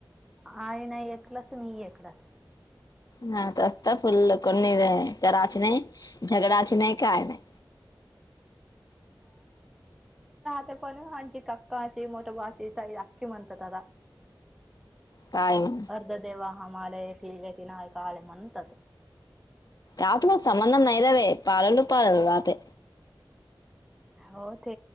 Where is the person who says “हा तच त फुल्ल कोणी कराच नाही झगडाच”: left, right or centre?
Left